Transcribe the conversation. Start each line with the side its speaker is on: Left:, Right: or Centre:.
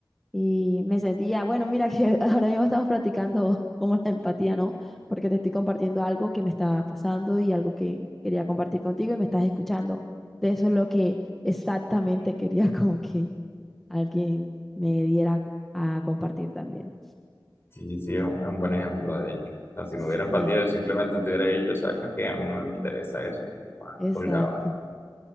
Centre: Y me sentía, bueno, mira que <laughs> ahora mismo estamos practicando como la empatía, ¿no? Porque te estoy compartiendo algo que me está pasando y algo que quería compartir contigo y me estás escuchando. De eso es lo que exactamente quería <laughs> como que alguien me diera a compartir también.
Left: Sí, sí, es un, es un buen ejemplo, de hecho. O sea, si
Centre: Sí,
Left: no hubiera empatía, yo simplemente tuviera hubiera dicho, ¿sabes qué? A mí no me interesa eso. Y pa,
Centre: exacto.
Left: colgaba.